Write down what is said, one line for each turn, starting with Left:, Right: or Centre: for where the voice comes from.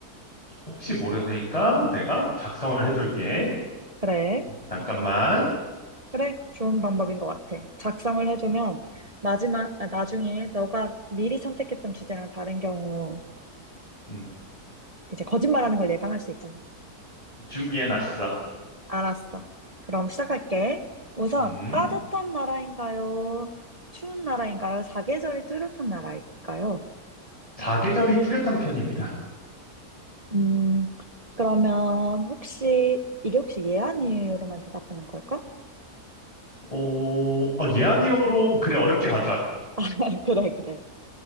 Left: 혹시 모르니까 내가 작성을 해둘게.
Right: 그래.
Left: 잠깐만.
Right: 그래, 좋은 방법인 것 같아. 작성을 해두면 마지막, 아, 나중에 너가 미리 선택했던 주제랑 다른 경우를
Left: 음,
Right: 이제 거짓말하는 걸 예방할 수 있잖아.
Left: 준비해놨어.
Right: 알았어. 그럼 시작할게. 우선
Left: 음.
Right: 따뜻한 나라인가요? 추운 나라인가요? 사계절이 뚜렷한 나라일까요?
Left: 사계절이 뚜렷한 편입니다.
Right: 음, 그러면 혹시 이게 혹시 예 아니에요로만 대답하는 걸까?
Left: 어, 어, 예 아니오로 그래 어렵게 가자.
Right: <laughs> 아, 그래, 그래.